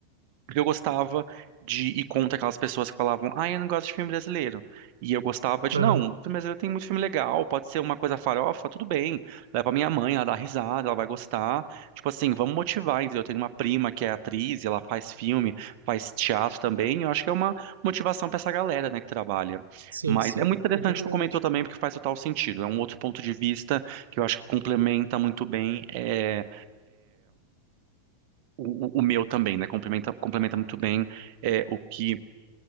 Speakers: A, on the right; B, on the right.
A: Porque eu gostava de ir contra aquelas pessoas que falavam, ah, eu não gosto de filme brasileiro. E eu gostava de,
B: Uhum.
A: não, filme brasileiro tem muito filme legal, pode ser uma coisa farofa, tudo bem. Leva pra minha mãe, ela dá risada, ela vai gostar. Tipo assim, vamos motivar, entendeu? Eu tenho uma prima que é atriz, e ela faz filme, faz teatro também. Eu acho que é uma motivação pra essa galera, né, que trabalha.
B: Sim,
A: Mas
B: sim,
A: é muito interessante
B: definitivamente.
A: o que tu comentou também, porque faz total sentido. É um outro ponto de vista que eu acho que complementa muito bem. É, o, o- o meu também, né? Complementa, complementa muito bem é, o que